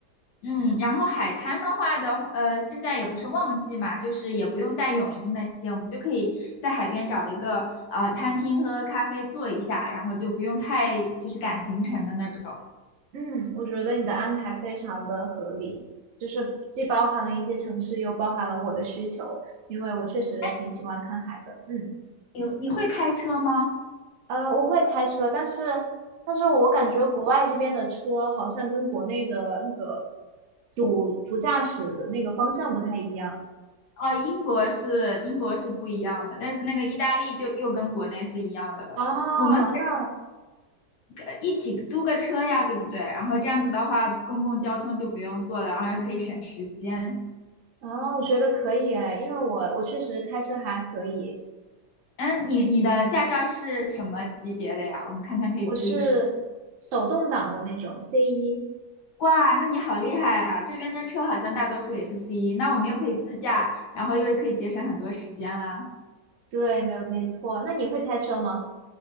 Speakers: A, on the left (about 75°); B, on the right (about 60°).
A: 嗯，然后海滩的话的呃，现在也不是旺季嘛，就是也不用带泳衣那些，我们就可以在海边找一个呃餐厅喝喝咖啡坐一下，然后就不用太就是赶行程的那种。
B: 嗯，我觉得你的安排非常的合理，就是既包含了一些城市，又包含了我的需求，因为我确实挺喜欢看海的。
A: 哎，
B: 嗯。
A: 你你会开车吗？
B: 啊，我会开车，但是但是我感觉国外这边的车好像跟国内的那个主主驾驶的那个方向不太一样
A: 哦，英国是英国是不一样的，但是那个意大利就又跟国内是一样的了。
B: 啊。
A: 我们可
B: 那
A: 以呃一起租个车呀，对不对？然后这样子的话，公共交通就不用坐了，然后又可以省时间。
B: 啊，我觉得可以哎，因为我我确实开车还可以，
A: 嗯，你你的驾照是什么级别的呀？我们看看可以租一个什么。
B: 我是手动挡的那种 c 一。
A: 哇，那你好厉害啊！这边的车好像大多数也是 C1，那我们又可以自驾，然后又可以节省很多时间啦。
B: 对，没有没错。那你会开车吗？